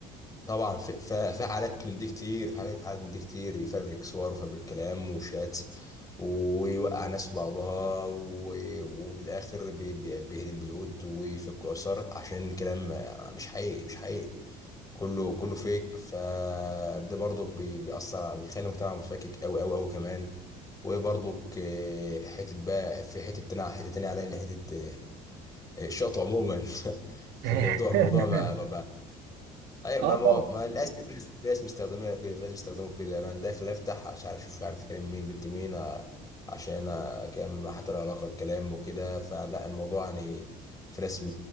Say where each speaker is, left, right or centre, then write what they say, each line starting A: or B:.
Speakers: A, on the left; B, on the right.
A: طبعا في في في حالات من دي كتير في حالات حالات من دي كتير يفبرك صور وفبرك كلام وشات ويوقع ناس في بعضها و- وفي الاخر بي- بي- بيهدم بيوت ويفك اسر عشان كلام مش حقيقي مش حقيقي كله كله فيك فده برضك بي- بيأثر على- بيخلي المجتمع متفكك أوي أوي أوي كمان وبرضك آه، حتة بقى في حتة تانية حتة تانية عليها اللي حتة آه، الشطو عموما <laughs> في
B: <laughs>
A: الموضوع الموضوع ما ما ما أي ما
B: اه
A: ما,
B: طبعا
A: ما للأسف في ناس في ناس مستخدمينها كده في ناس بيستخدموا كده أنا داخل أفتح عشان عارف أشوف مش عارف أكلم مين بنت مين آه، عشان أكمل معاها حتى لو علاقة الكلام وكده فلا الموضوع يعني في ناس م-